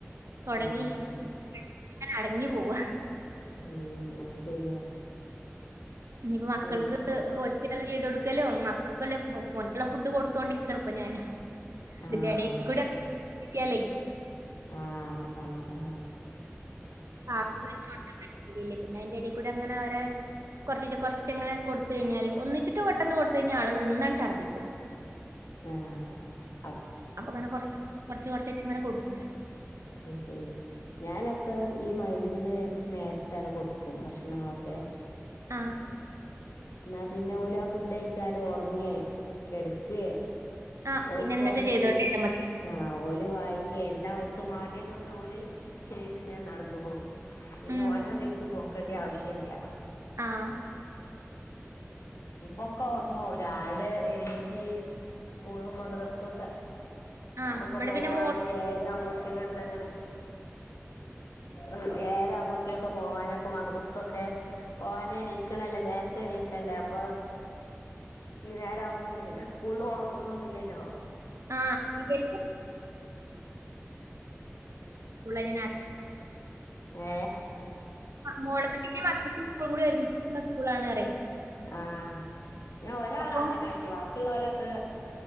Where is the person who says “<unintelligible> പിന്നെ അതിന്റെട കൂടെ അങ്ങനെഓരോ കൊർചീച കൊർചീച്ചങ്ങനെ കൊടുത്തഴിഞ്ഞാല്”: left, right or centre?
Right